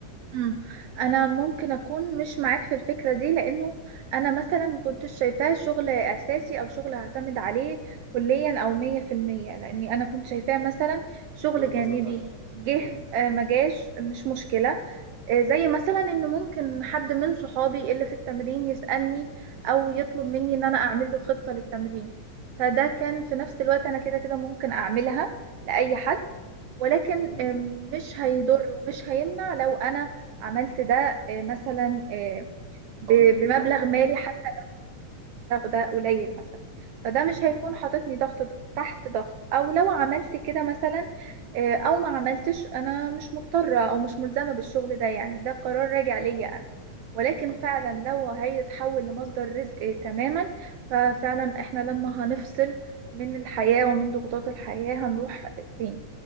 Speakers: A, on the right; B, on the right.
A: مم. انا ممكن اكون مش معاك في الفكره دي لانه انا مثلا ما كنتش شايفاه شغل اساسي او شغل هعتمد عليه كليا او مية في المية لاني انا كنت شايفاه مثلا شغل
B: مجرد
A: جانبي
B: مصدر دخل
A: جه
B: مم.
A: آه، ما جاش مش مشكله آه، زي مثلا ان ممكن حد من صحابي اللي في التمرين يسالني او يطلب مني ان انا اعمل له خطه للتمرين فده كان في نفس الوقت انا كده كده ممكن اعملها لاي حد ولكن
B: مم.
A: آم، مش هيضر ومش هيمنع لو انا عملت ده آه، مثلا آه،
B: مقابل
A: ب-
B: فلوس
A: بمبلغ
B: او حاجه
A: مالي حتى ده قليل مثلا فده مش
B: مم.
A: هيكون حاططني ضغط تحت ضغط او لو عملت كده مثلا آه، او ما عملتش انا مش مضطرة او مش ملزمة بالشغل ده يعني ده قرار راجع
B: ف-
A: ليا انا ولكن
B: ف-
A: فعلا لو هيتحول لمصدر رزق تماما ففعلا احنا لما هنفصل من الحياة ومن ضغوطات الحياة هنروح فين